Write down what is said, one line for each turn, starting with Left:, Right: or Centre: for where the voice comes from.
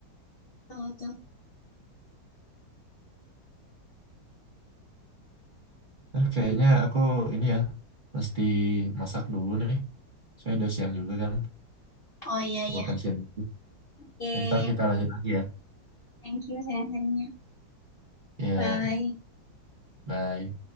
Left: betul tuh,
Right: Eh, kayaknya aku ini ya mesti masak dulu nih. Saya udah siang juga kan,
Left: Oh, iya iya.
Right: makan siang. dulu.
Left: Oke, okay.
Right: Ntar kita lanjut lagi ya.
Left: thank you sharing-nya.
Right: Ya,
Left: Bye.
Right: bye.